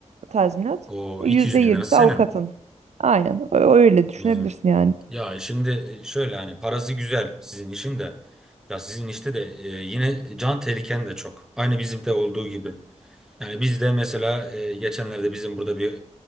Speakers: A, on the right (about 70°); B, in the centre.
A: tazminat.
B: O
A: E,
B: 200
A: %20'si
B: bin lirası senin.
A: avukatın. Aynen. ö- Öyle düşünebilirsin
B: Güzel.
A: yani.
B: Ya şimdi e, şöyle hani parası güzel sizin işin de. Ya sizin işte de e, yine can tehliken de çok. Aynı bizim de olduğu gibi. Yani biz de mesela e, geçenlerde bizim burada bir